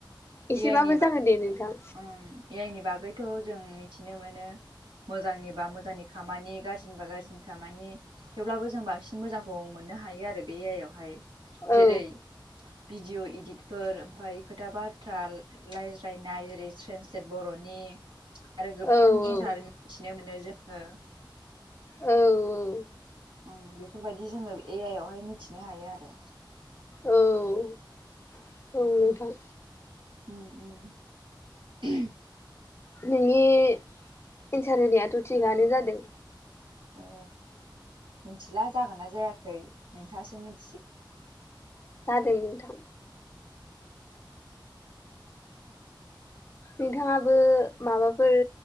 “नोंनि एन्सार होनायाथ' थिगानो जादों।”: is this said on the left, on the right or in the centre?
Left